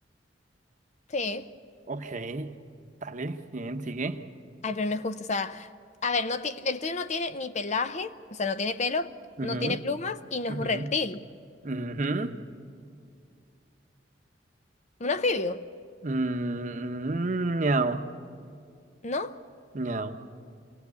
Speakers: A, on the left (about 40°); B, on the right (about 40°).
A: Sí.
B: Ok, dale, bien, sigue.
A: Ay, pero no es justo. O sea, a ver, no ti- el tuyo no tiene ni pelaje, o sea, no tiene pelo, no
B: Ujú,
A: tiene plumas y no es
B: ujú,
A: un reptil.
B: ujú.
A: Un anfibio,
B: Mm, ñau,
A: ¿no?
B: ñau.